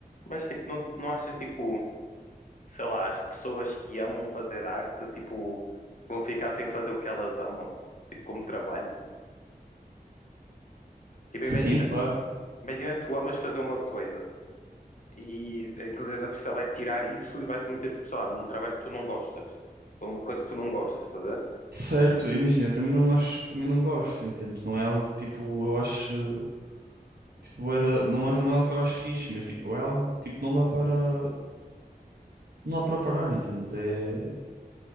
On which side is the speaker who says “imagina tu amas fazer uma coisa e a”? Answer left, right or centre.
Left